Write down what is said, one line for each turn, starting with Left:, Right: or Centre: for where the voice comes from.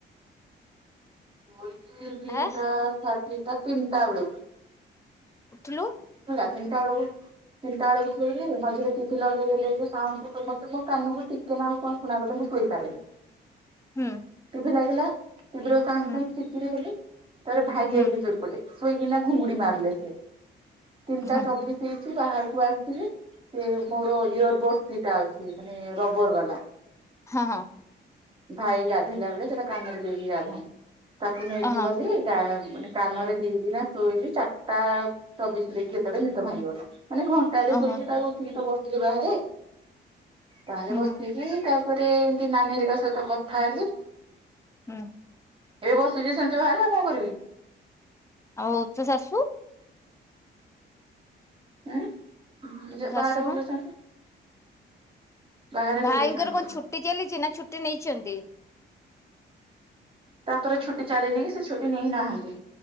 Right: <unintelligible> ଗୋଟେ ଦିଟା
Left: ଆ
Right: ସାଢେ ଦିଟା ତିନଟା ବେଳକୁ।
Left: ଉଠିଲୁ।
Right: ହେଲା ତିନିଟା ବେଳକୁ ତିନିଟା ବେଳକୁ ଶୋଇଲି ମଝିରେ ଟିଭି ଲଗେଇ ଦେଲେ ଯେ ସାଉଣ୍ଟ ମତେ ମୋ କାନକୁ ଟି ଟିକିଏ ନାଗୁ କଣ ଶୁଣାଗଲେ ମୁଁ ଶୋଇ ପାରେନି।
Left: ହୁଁ।
Right: ଟିଭି ଲାଗିଲା ଟିଭିର ସାଉଣ୍ଡ
Left: ହୁଁ
Right: ପାଇଁ ଚିଡି ଚିଡି ହେଲି ତାପରେ ଭାଇ
Left: ହୁଁ
Right: ଯାଇକି ସେପଟେ ଶୋଇକି ନା ଘୁଙ୍ଗୁଡି ମାରିଲେ ସେ, ତିନିଟା
Left: ହଁ
Right: ଚବିଶ ସେ ଯେ ବାହାରକୁ ଆସିିଲି ସେ ମୋର ଇୟର ବଡ଼ସ୍ ଦିଇଟା ଅଛି ମାନେ ରବର ବାଲା
Left: ହଁ ହଁ।
Right: ଭାଇ ଗାଧୋଇଲା ବେଳେ ସେଟା କାନରେ ଦେଇକି ଗାଧାନ୍ତି ତାକୁ ନେଇକି
Left: ହଁ ହଁ
Right: ଗଲି ଗା ମାନେ କାନରେ ଦେଇକିନା ଶୋଇଲି ଚାରିଟା ଚବିଶ ରେ କି କେତେବେଳେ ନିଦ ଭାଙ୍ଗିଗଲା। ମାନେ ଘ ଘଣ୍ଟାଟେ
Left: ଓହୋ
Right: ଶୋଇଛି ତାପରେ ଉଠିକି ତ ବସିଲି ବାହାରେ। ବାହେରେ
Left: ହୁଁ
Right: ବସିକି ତା ତା ପରେ ଏମତି ନାନୀରିକା ସହିତ କଥା ହେଲି
Left: ହୁଁ।
Right: ଏବେ ବସୁଛି ସେମିତି ବାହାରେ ଆଉ କଣ କରିବି।
Left: ଆଉ ଉଚ ଶାଶୁ?
Right: ଆଁ ସେ
Left: ତୋ ଶାଶୁ
Right: ବାହାରେ ବୁଲୁଛନ୍ତି।
Left: ମା
Right: ବାହାରେ
Left: ଭାଇଙ୍କର
Right: ବୁଲୁଛନ୍ତି
Left: କଣ ଛୁଟି ଚାଲିଛି ନା ଛୁଟି ନେଇଛନ୍ତି?
Right: ତାଙ୍କର ଛୁଟି ଚାଲିନି ସେ ଛୁଟି ନେଇ ନାହାନ୍ତି